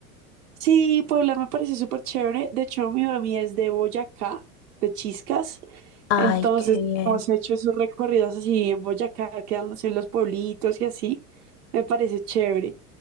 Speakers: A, on the right; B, on the left.
A: Sí, Puebla me parece súper chévere. De hecho, mi mami es de Boyacá, de Chiscas.
B: Ay,
A: Entonces,
B: qué bien.
A: hemos hecho esos recorridos así en Boyacá, quedándose en los pueblitos y así. Me parece chévere.